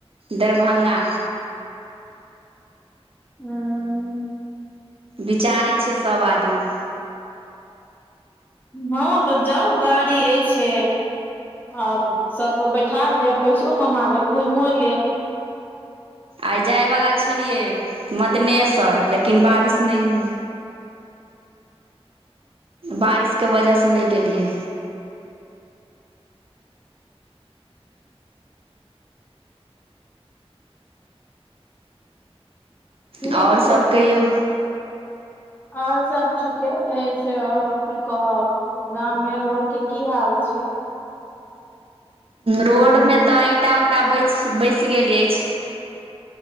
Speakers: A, on the right; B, on the left.
A: दरभंगा
B: हूं
A: विचारै छियै सभ आदमी।
B: हँ तऽ जाउ गाड़ी अईछे। और सबके बैठा लेब पैसो कमा लेब घुयिमो लेब।
A: आइ जायवला छलियै मदनेसर लेकिन बारिश नहि बारिशके वजहसँ नहि गेलियै।
B: ठीक
A: और सब कहियौ।
B: और सब ठीके अछि, और की कहब? गाममे रोडके की हाल छैय?
A: रोडमे तऽ ईंटा ऊँटा बैच बैस गेल अछि।